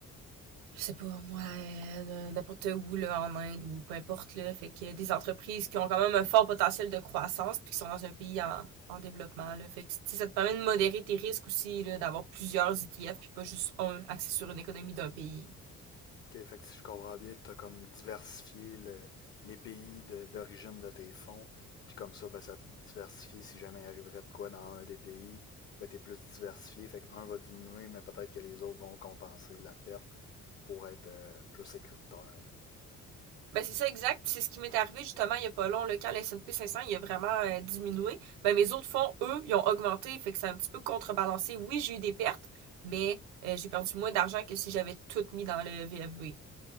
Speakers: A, on the right; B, on the left.
A: je sais pas moi, euh, n'importe où là en Inde ou peu importe là. Fait que des entreprises qui ont quand même un fort potentiel de croissance puis qui sont dans un pays en en développement là. Fait que ça te permet de modérer tes risques aussi là, d'avoir plusieurs ETF puis pas juste un axé sur une économie d'un pays.
B: OK, fait que si je comprends bien, tu as comme diversifié le- les pays de- d'origine de tes fonds, puis comme ça, ben, ça te diversifie. Si jamais il arriverait de quoi dans un des pays, ben, tu es plus diversifié. Fait qu'un va diminuer, mais peut-être que les autres vont compenser la perte pour être euh, plus sécuritaire.
A: Ben, c'est ça, exact. C'est ce qui m'est arrivé justement il y a pas long, là, quand le S and P cinq cents, il a vraiment euh, diminué. Ben, mes autres fonds, eux, ils ont augmenté, fait que c'est un petit peu contrebalancé. Oui, j'ai eu des pertes, mais euh, j'ai perdu moins d'argent que si j'avais tout mis dans le V F V.